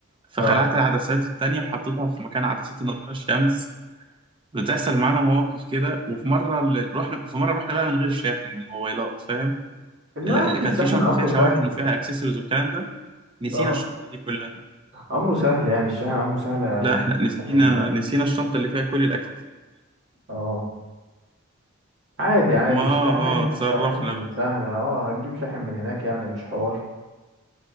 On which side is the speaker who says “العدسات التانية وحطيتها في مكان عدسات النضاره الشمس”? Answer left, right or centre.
Right